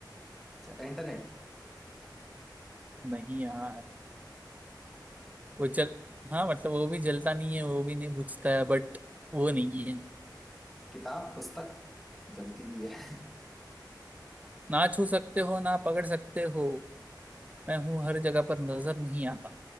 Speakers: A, in the centre; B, on the right.
A: अच्छा इंटरनेट
B: नहीं यार वो जल हाँ मतलब वो भी जलता नहीं है वो भी नहीं बुझता है बट वो नहीं है
A: किताब पुस्तक जलती भी है <laughs>
B: ना छू सकते हो ना पकड़ सकते हो मैं हूँ हर जगह पर नजर नहीं आता